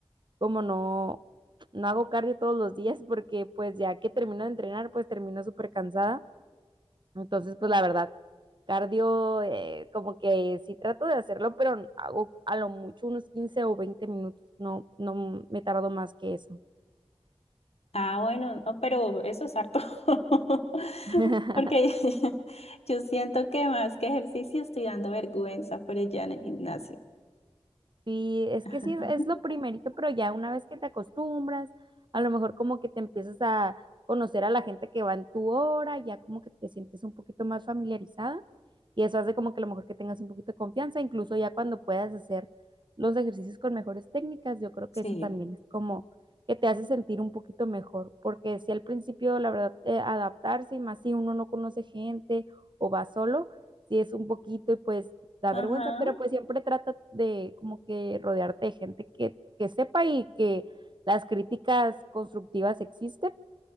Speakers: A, on the right (about 50°); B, on the left (about 80°).
A: como no, no hago cardio todos los días porque pues ya que termino de entrenar, pues termino súper cansada entonces, pues la verdad, cardio, eh, como que sí trato de hacerlo, pero hago a lo mucho unos 15 o 20 minutos, no, no me tardo más que eso.
B: Ah, bueno, no, pero eso es harto. <laughs>
A: <laughs>
B: Porque <laughs> yo siento que más que ejercicio estoy dando vergüenza por allá en el gimnasio.
A: Sí, es
B: <laughs>
A: que sí, es lo primerito, pero ya una vez que te acostumbras, a lo mejor como que te empiezas a conocer a la gente que va en tu hora, ya como que te sientes un poquito más familiarizada y eso hace como que a lo mejor que tengas un poquito de confianza, incluso ya cuando puedas hacer los ejercicios con mejores técnicas, yo creo que
B: Sí,
A: eso también es como que te hace sentir un poquito mejor, porque si al principio, la verdad, eh, adaptarse y más si uno no conoce gente o va solo, si es un poquito y pues da
B: ajá,
A: vergüenza, pero pues siempre trata de como que rodearte de gente que, que sepa y que las críticas constructivas existen.